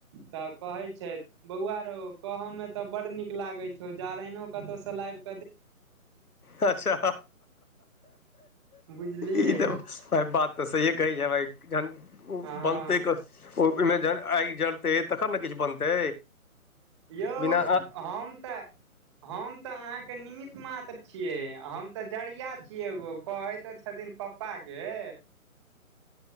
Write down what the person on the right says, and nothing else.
तऽ कहै छै बौआ रऔ कहऽ मे तऽ बडड़ नीक लागैत छौ जारैनो कतहु सलाब
बुझलियै
हँ
यौ
हम तऽ हम तऽ अहाँके नीमीत मात्र छियै हम तऽ जरिया छियै एगो कहैत तऽ छथिन पा पप्पा के